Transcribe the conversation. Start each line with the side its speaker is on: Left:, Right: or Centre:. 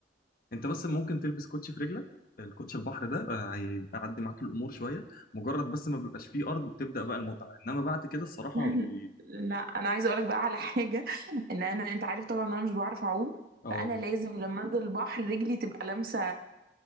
Left: انت بس ممكن تلبس كوتشي في رجلك الكوتش البحر ده آه، هيعدي معاك الامور شويه مجرد بس ما بيبقاش فيه ارض بتبدا بقى المتعه انما بعد كده الصراحه
Right: <laughs>
Left: هو بي...
Right: لا انا عايزه اقولك بقى على حاجه ان انا انت عارف طبعا انا مش بعرف اعوم
Left: اه
Right: فانا لازم لما انزل البحر رجلي تبقى لامسه